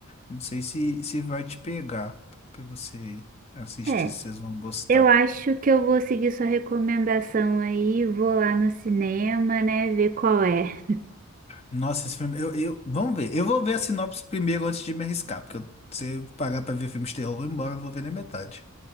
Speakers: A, on the left; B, on the right.
A: Não sei se, se vai te pegar pra você assistir,
B: É,
A: se vocês vão gostar.
B: eu acho que eu vou seguir sua recomendação aí, vou lá no cinema, né, ver qual é.
A: Nossa, esse filme. Eu, eu, vamos ver. Eu vou ver a sinopse primeiro antes de me arriscar, porque eu- se eu pagar pra ver filme de terror, eu vou embora, não vou ver nem metade.